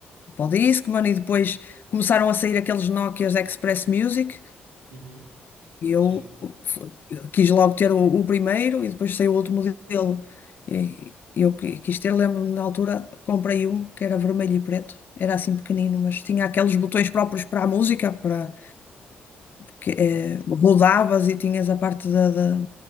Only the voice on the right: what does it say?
Uhum,
sim,
sim.